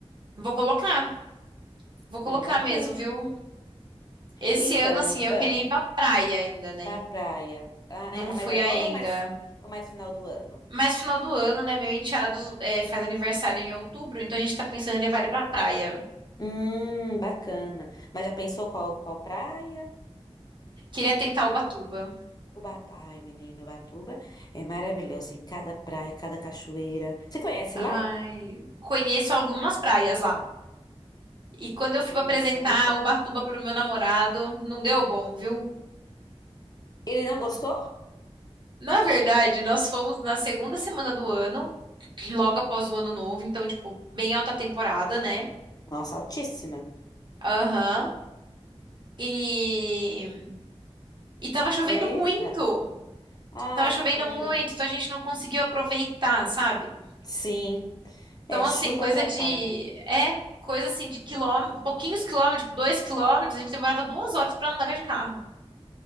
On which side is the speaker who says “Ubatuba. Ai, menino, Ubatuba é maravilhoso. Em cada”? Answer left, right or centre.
Left